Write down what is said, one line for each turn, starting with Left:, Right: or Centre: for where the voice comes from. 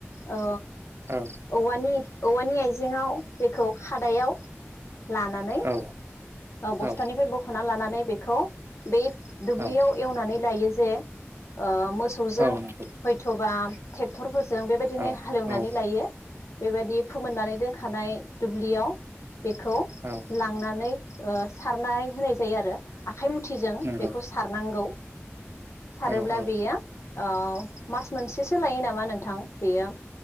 Left: औ
Right: औ
Left: औवानि औवानि आइजेङाव बेखौ खादायाव लानानै
Right: औ
Left: ओ बस्थानिफ्राय
Right: औ
Left: बख'ना लानानै बेखौ बे दुब्लियाव
Right: औ
Left: एवनानै लायो। जे ओ मोसौजों
Right: औ नंगौ
Left: हयथ'बा ट्रेक्टरफोर जों बेबायदिनो
Right: औ
Left: हालेवनानै
Right: औ
Left: लायो बेबायदि फोमोननानै दोनखानाय दुब्लियाव बेखौ
Right: औ
Left: लांनानै सारनाय होनाय जायो आरो। आखाइ मुथिजों
Right: नंगौ
Left: बेखौ सारनांगौ। सारोब्ला
Right: औ औ
Left: बेयो औ मास मोनसेसो लायो नामा नोंथां बेयो